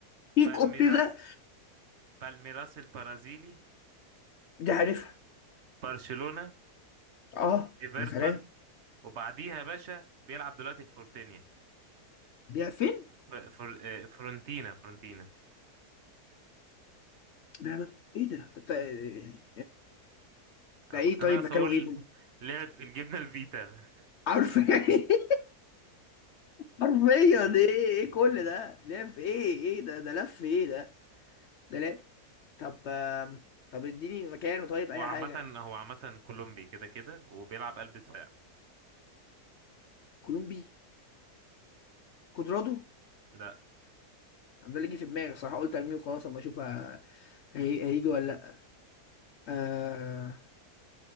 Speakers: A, on the left; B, on the right.
A: ايه
B: بالميراس
A: كنت ده
B: بالميراس البرازيلي
A: دي عارفها
B: برشلونة
A: اه
B: ايفرتون
A: يا سلام
B: وبعديها يا باشا بيلعب دلوقتي في فورتينيا
A: ده فين
B: ف- فر... آه، فرونتينا فرونتينا
A: ده ايه ده ده بتاع-
B: انا
A: ده ايه
B: كنت
A: طيب
B: ناقص
A: مكانه
B: اقول
A: ايه طيب
B: <laughs> لعب في الجبنه الفيتا
A: عارف يعني. <laughs> حرفيا ايه ايه كل ده لف ايه ايه ده ده لف ايه ده ده لا طب آم، طب اديني مكانه طيب اي
B: هو عامه
A: حاجه
B: هو عامه كولومبي كده كده وبيلعب قلب دفاع
A: كولومبي كودرادو
B: لا
A: أنا ده اللي جه في دماغي الصراحه قلت ارميه وخلاص اما اشوف ه- هي- هيجي ولا لا آه